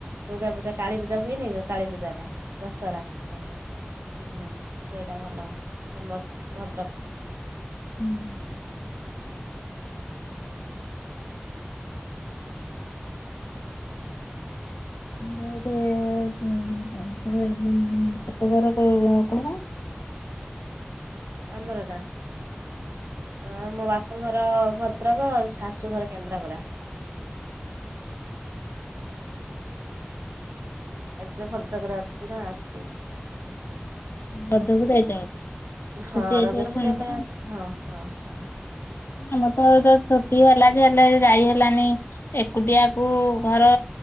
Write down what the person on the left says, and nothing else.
ହୁଁ।
ମୋର <unintelligible> ବାପ ଘର କଣ
ହୁଁ।
ରଜ କୁ ଯାଇଛ?
ଛୁଟି ହେଇଥିବ
ଛୁଆଙ୍କର।
ଆମର ତ ଛୁଟି ହେଲା ଯେ ହେଲେ ଯାଇ ହେଲାନି ଏକୁଟିଆକୁ ଘର